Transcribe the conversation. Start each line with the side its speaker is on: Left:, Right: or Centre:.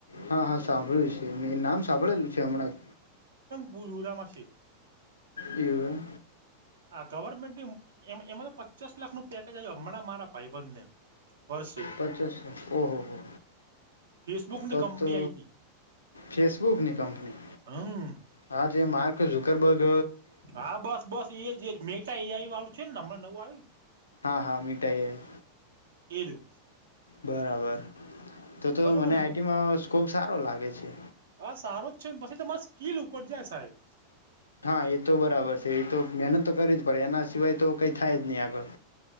Left: હા હા સાંભળ્યું છે. મેં નામ સાંભળેલું છે હમણાં
Right: બુલુરામાં સે
Left: એવું એમ
Right: આ ગવર્મેન્ટ એમ એમાં તો પચાસ લાખનું પેકેજ આયું હમણાં મારા ભાઈબંધને વર્ષે
Left: પચાસો ઓહો હો
Right: ફેસબુક ની
Left: તો
Right: કંપની
Left: તો
Right: આઈ હતી
Left: ફેસબુકની કંપની
Right: હમ
Left: હા જે માર્ ક ઝુકરબગ
Right: હા બસ બસ એજ એજ મેટા એઆઈ વાળું છે ન હમના નવું આયું ન
Left: હા હા મેટા એઆઈ
Right: એ રયુ
Left: બરાબર તો તો
Right: બરોબર
Left: મને
Right: ને
Left: આઈટીમાં સ્કોપ સાર રો લાગે છે.
Right: હા સારો જ છે ન પછી તમારા સ્કીલ ઉપર જાય સાહેબ
Left: હા એ તો બરાબર છે. ઈ તો મહેનત તો કરવી જ પડે એના સિવાય તો કઈ થાય જ નહી આગળ